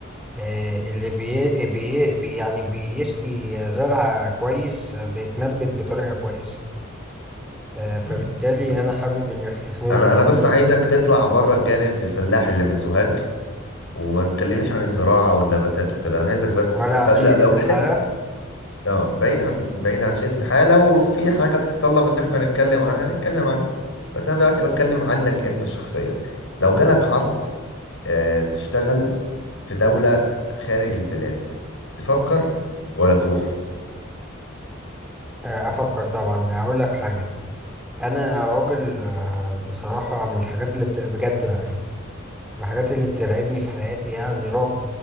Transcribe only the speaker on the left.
مم. تمام
انا انا
بس عايزك تطلع بره الجانب الفلاح اللي من سوهاج وما نكلمنيش عن الزراعة والنباتات وكده انا عايزك بس
طب لا
لو
جالك اه بعيد عن بعيد عن شركة الحياة لو في حاجة تتطلب ان احنا نتكلم عنها نتكلم عنها بس انا دلوقتي بتكلم عنك انت شخصيا لو جالك عرض آه، تشتغل في دولة خارج البلاد تفكر ولا تروح